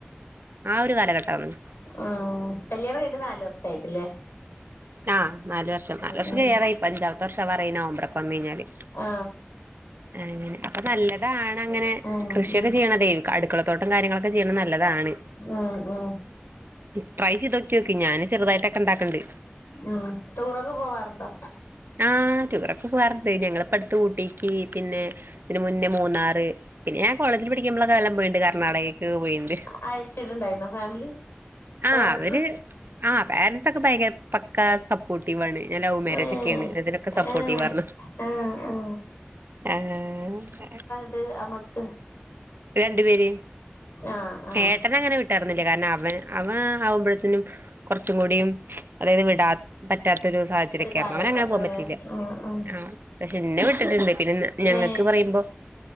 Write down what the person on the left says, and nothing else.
ആ കല്യാണം കയിഞ്ഞിട്ട് നാലു വർഷ ആയിട്ട് ലേ.
ഉം
ആ
ഉം
ഉം
ആ ആ
ഉം ടൂറൊക്കെ പോവാറുണ്ടോ
അയച്ചിട്ടുണ്ടായിരുന്നോ ഫാമിലി
പേരൻസ്
ഏഹ്
ഏഹ്
ആഹ് ആഹ്
ണ്ട് അമക്ക്
ആഹ് ആഹ്
കാലഘട്ടം
ഏഹ്
ആഹ് ആഹ്
ഏ